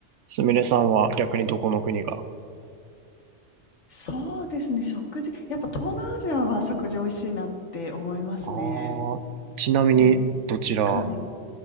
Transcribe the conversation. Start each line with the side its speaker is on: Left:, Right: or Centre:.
Right: すみれさんは逆にどこの国が
Left: そうですね。食事、やっぱ東南アジアは食事美味しいなって思いますね。
Right: ああ、ちなみにどちらあ
Left: で、はい。